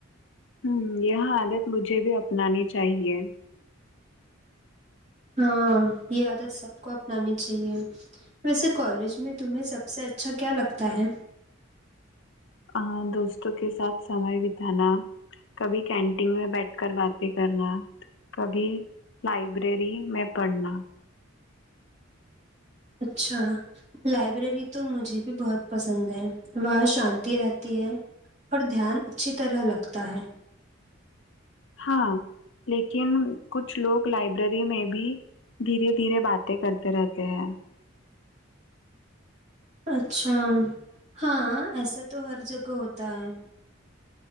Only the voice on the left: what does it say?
ہوں یہ عادت مجھے بھی اپنانی چاہیے
ہاں دوستوں کے ساتھ سمے بتانا کبھی کینٹین میں بیٹھ کر باتیں کرنا کبھی لائبریری میں پڑھنا
ہاں لیکن کچھ لوگ لائبریری میں بھی دھیرے دھیرے باتیں کرتے رہتے ہیں